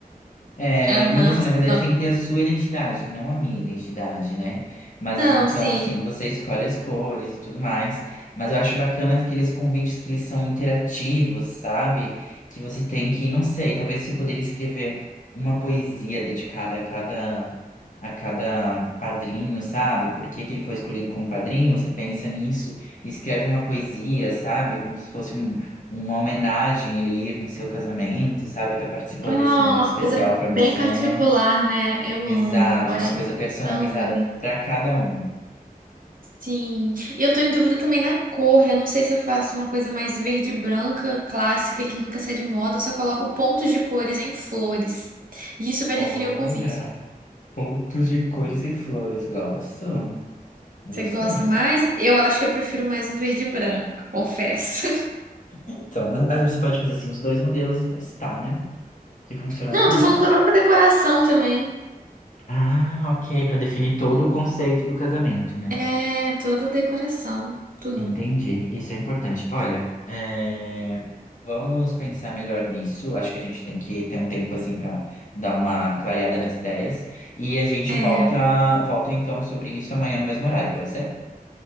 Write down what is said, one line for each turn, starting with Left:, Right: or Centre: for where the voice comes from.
Left: É,
Right: <laughs> Aham,
Left: mas assim,
Right: você
Left: na verdade,
Right: não.
Left: tem que ter a sua identidade, não a minha identidade, né? Mas
Right: Não,
Left: então,
Right: sim.
Left: assim, você escolhe as cores e tudo mais. Mas eu acho bacana aqueles convites que eles são interativos, sabe? Que você tem que, não sei, talvez você poderia escrever uma poesia dedicada a cada a cada padrinho, sabe? Por que que ele foi escolhido como padrinho? Você pensa nisso, escreve uma poesia, sabe? Como se fosse um uma homenagem ele ir no seu casamento, sabe? Tá participando
Right: É uma
Left: desse momento especial
Right: coisa
Left: pra
Right: bem
Left: você.
Right: particular, né? Eu
Left: Exato,
Right: amo. Eu acho
Left: uma coisa personalizada
Right: tão bonito.
Left: pra cada um.
Right: Sim, e eu tô em dúvida também na cor. Eu não sei se eu faço uma coisa mais verde e branca, clássica, que nunca sai de moda, ou se eu coloco pontos de cores em flores. E isso vai
Left: Olha,
Right: definir o convite.
Left: pontos de cores e flores, gosto. Gostei.
Right: Você gosta mais? Eu acho que eu prefiro mais o verde e branco, confesso. <laughs>
Left: Então, mas aí você pode fazer assim os dois modelos e testar, né? Que funciona
Right: Não,
Left: também
Right: eu tô falando
Left: bem.
Right: da própria decoração também.
Left: Ah, ok, pra definir todo o conceito do casamento, né?
Right: É, toda decoração, tudo.
Left: Entendi, isso é importante. Olha, é, vamos pensar melhor nisso. Acho que a gente tem que ter um tempo assim para dar uma clareada nas ideias e a gente
Right: É,
Left: volta, volta então sobre isso amanhã no mesmo horário, pode ser?